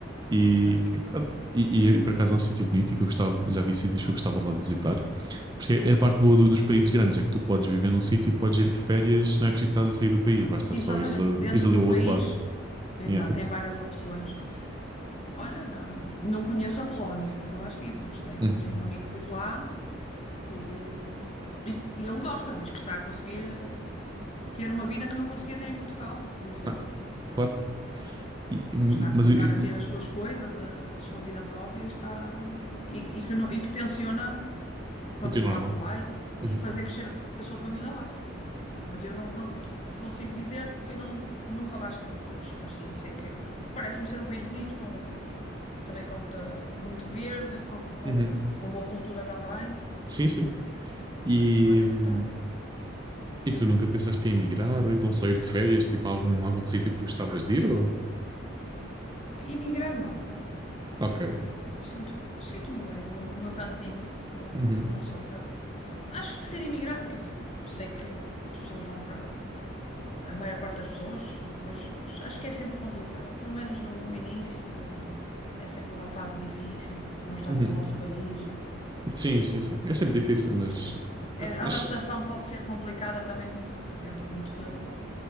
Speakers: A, on the right; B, on the left.
A: E,
B: Ok.
A: e pronto. E- e- e por acaso é um sítio bonito e que eu gostava, de- já vi sítios que eu gostava de lá de visitar, porque é a parte boa do- dos países grandes, é que tu podes viver num sítio e podes ir de férias, não é preciso estar a sair do país, basta
B: Exatamente.
A: só ires, a,
B: Dentro
A: ires ali
B: do
A: ao outro
B: país,
A: lado.
B: exato,
A: Yeah.
B: tem várias opções. Olha, não, não conheço a Polónia, nunca lá estive, mas tenho,
A: Uhum.
B: tenho um amigo que vive lá e, eh, e ele gosta. Diz que está a conseguir eh, ter uma vida que não conseguia ter em Portugal, por exemplo.
A: Ah, claro. E- e-
B: Está a começar
A: mas e-
B: a
A: e-
B: ter as suas coisas, a, a sua vida própria e está e, e que não, e que tenciona. continuar
A: continuar lá.
B: por lá e, e
A: Uhum.
B: fazer crescer a sua família lá. Mas eu não, não te consigo dizer porque eu não, nunca lá estive. Mas, mas sim, sei que parece-me ser um país bonito, com, também com, muita, com muito verde, com,
A: Uhum.
B: com boa cultura também.
A: Sim, sim. E,
B: Acho que vais gostar.
A: hum, E tu nunca pensaste em emigrar ou então sair de férias, tipo a algum, algum sítio que gostavas de ir? Ou...
B: Emigrar, não.
A: Ok.
B: Eh, Sinto, sinto-me bem no meu, no meu cantinho. Não, não,
A: Uhum,
B: não sou para. Acho que ser imigrante, quer dizer, sei que as pessoas vão para a maior parte das pessoas, pois, mas acho que é sempre complicado. Pelo menos o, o início eh, é sempre uma fase difícil. Não estamos
A: uhum.
B: no nosso país, é-
A: Sim, sim, sim. É sempre difícil, mas
B: sim. É,
A: a-
B: A
A: acho
B: adaptação pode ser complicada também, depende muito de-